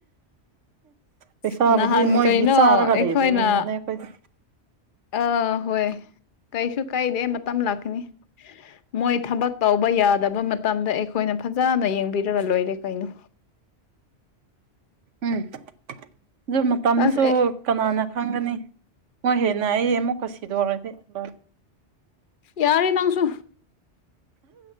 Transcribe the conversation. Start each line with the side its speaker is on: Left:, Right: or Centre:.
Right: ꯄꯩꯁꯥꯕꯨꯗꯤ
Left: ꯅꯍꯥꯟ
Right: ꯃꯣꯏꯒꯤ
Left: ꯀꯩꯅꯣ
Right: ꯆꯥꯔꯒ
Left: ꯑꯩꯈꯣꯏꯅ
Right: ꯂꯩꯔꯤꯕꯅꯦ ꯑꯩꯈꯣꯏꯗꯤ
Left: ꯑꯥ ꯍꯣꯏ ꯀꯩꯁꯨ ꯀꯩꯗ ꯃꯇꯝ ꯂꯥꯛꯀꯅꯤ ꯃꯣꯏ ꯊꯕꯛ ꯇꯧꯕ ꯌꯥꯗꯕ ꯃꯇꯝꯗ ꯑꯩꯈꯣꯏꯅ ꯐꯖꯅ ꯌꯦꯡꯕꯤꯔ ꯒ ꯂꯣꯏꯔꯦ ꯀꯩꯅꯣ
Right: ꯎꯝ ꯑꯗꯨ ꯃꯇꯝꯁꯨ
Left: ꯑꯁ ꯑꯦ
Right: ꯀꯅꯥꯅ ꯈꯪꯒꯅꯤ ꯍꯣꯏ ꯍꯦꯟꯅ ꯑꯩ ꯑꯃꯨꯛꯀ ꯁꯤꯗꯔꯗꯤ ꯂꯣꯏ
Left: ꯌꯥꯔꯦ ꯅꯪꯁꯨ